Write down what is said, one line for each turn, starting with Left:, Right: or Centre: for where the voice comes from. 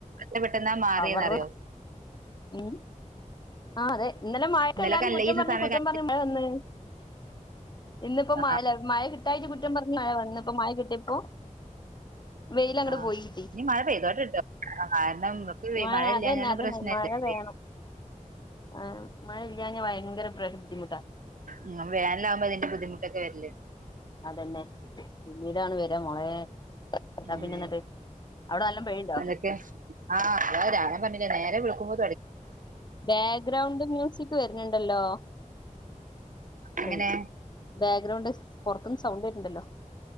Right: എത്ര പെട്ടെന്നാ മാറിയെന്നറിയോ
Left: പവർ ഉം ആ അതെ ഇന്നലെ മഴക്ക്
Right: ഇന്നലൊക്കെ
Left: എല്ലാരും
Right: അല്ല
Left: കുറ്റം
Right: ഈ
Left: പറഞ്ഞ്
Right: സമയം
Left: കുറ്റം പറഞ്ഞ് മഴ വന്ന് ഇന്നിപ്പോ
Right: ആഹ്
Left: മഴ ഇല്ല മഴ കിട്ടായിട്ട് കുറ്റം പറഞ്ഞ് മഴ വന്ന് ഇപ്പ മഴ കിട്ടിയപ്പോ വെയില് അങ്ങട്
Right: ആഹ്
Left: പോയികിട്ടി
Right: ഇനി മഴ പെയ്തോട്ടെട്ടോ കാരണം നമുക്ക്
Left: ആ
Right: മഴ ഇല്ലാഞ്ഞാലും
Left: അതന്നെ അതന്നെ
Right: പ്രശ്നല്ലേ
Left: മഴ വേണം ആ മഴ ഇല്ല്യഞ്ഞ ഭയങ്കര പ്ര ബുദ്ധിമുട്ടാ
Right: നിങ്ങ വേനലാകുമ്പോ അതിന്റെ ബുദ്ധിമുട്ടൊക്കെ വരില്ലേ
Left: അതന്നെ പിന്നീടാണ് വരാ മോളെ എന്താ
Right: ഉം
Left: പിന്നെ എന്നിട്ട് അവിടെ നല്ലോം പെയ്യ്ണ്ടോ
Right: അതൊക്കെ ആ അതാ രാവിലെ പറഞ്ഞില്ലേ നേരം വേളുക്കുമ്പോ
Left: ബാക്ക്ഗ്രൗണ്ട് മ്യൂസിക് വരുന്നുണ്ടല്ലോ
Right: എങ്ങനെ
Left: റി ബാക്ക്ഗ്രൗണ്ട് പൊറത്തുന്ന് സൗണ്ട് കേക്കുന്നുണ്ടല്ലോ